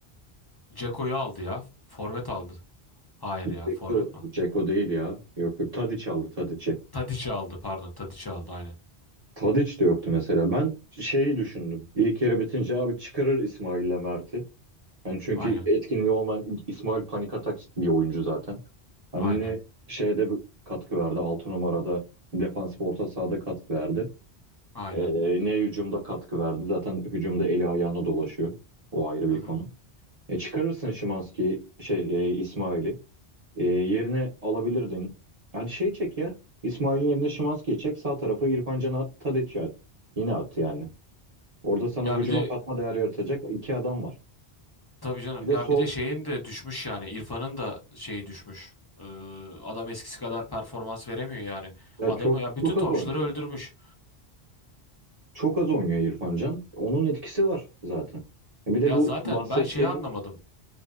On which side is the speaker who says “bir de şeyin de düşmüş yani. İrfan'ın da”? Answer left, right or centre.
Left